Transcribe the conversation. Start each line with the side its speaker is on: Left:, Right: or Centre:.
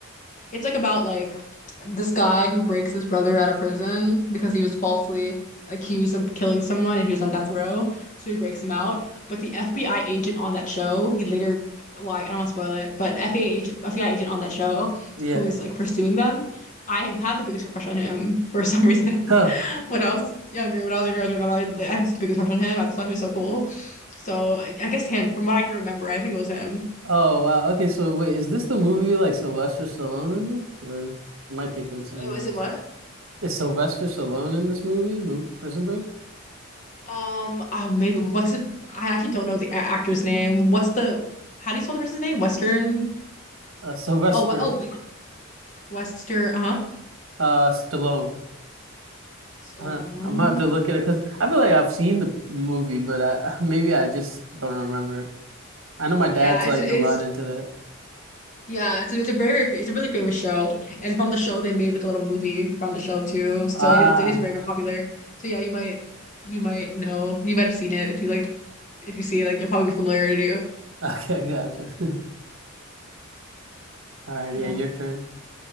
Left: It's like about like this guy who breaks his brother out of prison because he was falsely accused of killing someone and he was on death row. So he breaks him out. But the FBI agent on that show, he later, well, I I don't want to spoil it, but FBI agent, FBI agent on that show
Right: Yeah.
Left: who is like pursuing them, I had the biggest crush on him for some reason
Right: Huh.
Left: <laughs> when I was younger, when I was a girl growing up, I, had, like, I had just the biggest crush on him. I just thought he was so cool. So I, I guess him, from what I can remember, I think it was him.
Right: Oh wow. Okay, so wait, is this the movie like Sylvester Stallone in them? Or am I thinking of something
Left: Oh, Is
Right: else?
Left: it what?
Right: Is Sylvester Stallone in this movie? Mo Prison Break?
Left: Um, oh, maybe what's it? I actually don't know the a- actor's name. What's the? How do you spell the person's name? Western.
Right: Uh, Sylvester
Left: Oh, we- oh, wait, Western. Uh-huh.
Right: uh Stallone.
Left: Stallone.
Right: I don't, I might have to look at it because I feel like I've seen the movie, but I <laughs> maybe I just don't remember it. I know my
Left: Yeah,
Right: dad's
Left: it's
Right: like
Left: it is.
Right: a lot into that.
Left: Yeah, it's a, it's a very very fa- it's a really famous show, and from the show they made like a little movie from the show too.
Right: Ah,
Left: So it, it is very very popular. So yeah, you might you might know you might have seen it if you like if you see it like you'll probably be familiar to you.
Right: okay, <laughs> gotcha. <laughs> All right,
Left: Yeah.
Right: yeah, your turn.